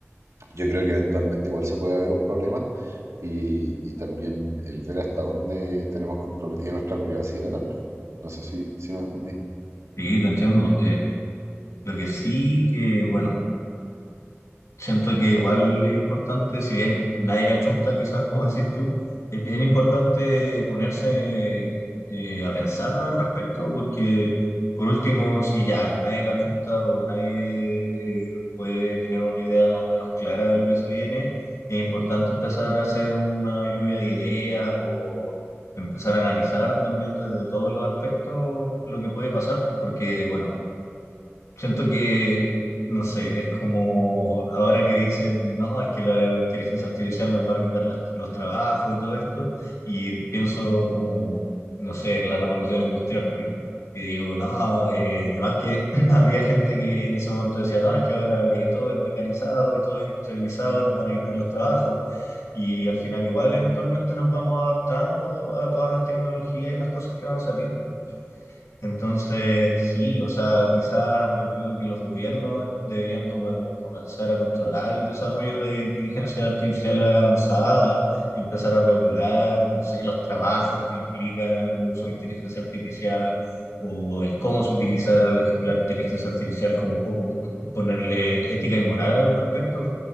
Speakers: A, on the right; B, on the left.
A: yo creo que eventualmente igual se puede haber un problema y, y también el ver hasta dónde tenemos comprometida nuestra privacidad también. No sé si, si me entendí.
B: Sí, te entiendo. Lo que sí que, bueno, siento que igual es importante, si bien nadie la chunta, quizás como decís tú, es bien importante ponerse eh, a pensar al respecto, porque por último, si ya nadie la chunta o nadie eh, puede tener una idea más o menos clara de lo que se viene, es importante empezar a hacer una lluvia de ideas o empezar a analizar también desde todos los aspectos lo que puede pasar, porque, bueno, Siento que, no sé, es como ahora que dicen, no, es que la inteligencia artificial nos va a quitar las- los trabajos y todo esto, y pienso como, no sé, la revolución industrial, por ejemplo. Y digo, no, eh, además que <clears throat> había gente que en ese momento decía, no, es que ahora que todo es mecanizado y todo es industrializado, nos van a quitar los trabajos, y al final igual eventualmente nos vamos adaptando a todas las tecnologías y las cosas que van saliendo. Entonces, sí, o sea, quizás yo creo que los gobiernos deberían como comenzar a controlar el desarrollo de inteligencia artificial avanzada, empezar a regular, no sé, los trabajos que implican el uso de inteligencia artificial o el cómo se utiliza la, la inteligencia artificial, como un poco ponerle ética y moral al respecto